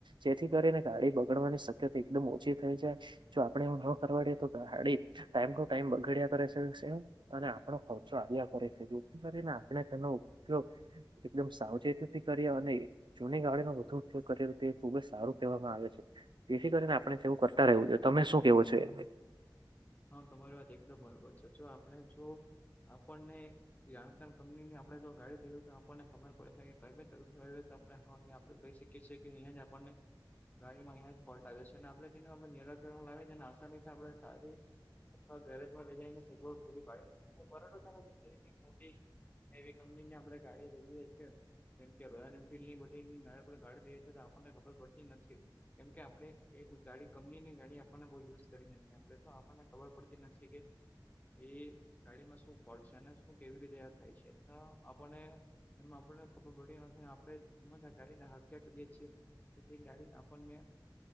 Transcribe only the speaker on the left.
હા તમારી વાત એકદમ બરોબર છે. જો આપણે જો આપણને જાણકાર કંપની ની આપણેે જો ગાડી લઈવી હોય તો આપણને ખબર પડે સે કે <unintelligible> આપણે કહી શક કીએ છે કે અહીયાં જ આપણ ને ગાડીમાં અહીયાં જ ફોલ્ટ આવે છે. અને આપણે તેના ઉપર નિરાકરણ લાવી અને તેને આસાનીથી આપડે સારી અથવા ગેરેજમાં લઈ જાય ને સગવડ પૂરી પાડી <inaudible> પરંતુ <inaudible> એવી કંપની ની આપડે ગાડી લઈએ છે જેમ કે રોયલ એન્ફિલ્ડ ની બધી <unintelligible> લઈએ છીએ તો આપણને ખબર પડતી નથી. કેમ કે આપણેે એ ગાડી કંપનીની ગાડી આપણને બહુ યુઝ કરવી ન ને આપડે તો આપણને ખબર પડતી નથી કે એ ગાડીમાં શું ફોલ્ટ છે, અને શું કેવી રીતે આ થાય છે. ના આપણને એમાં આપણને ખબર પડી નથી આપડે એમ જ આ ગાડીને હાંક્યા કરીએ છીએ. તો તે ગાડી આપણને